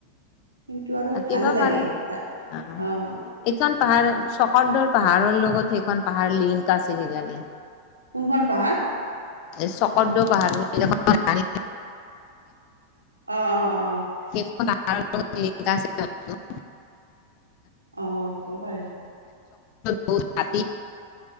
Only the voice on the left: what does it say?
থাকিব
পাৰে
অ
এইখন পাহাৰ চকদৰ পাহাৰৰ লগত সেইখন পাহাৰ লিংক আছে কিজানি
চকদৰ পাহাৰ বুলিয়ে কয় <unintelligible>
সেইখন আকাৰত টো লিখা আছে সেইটো
বহুত হাতী।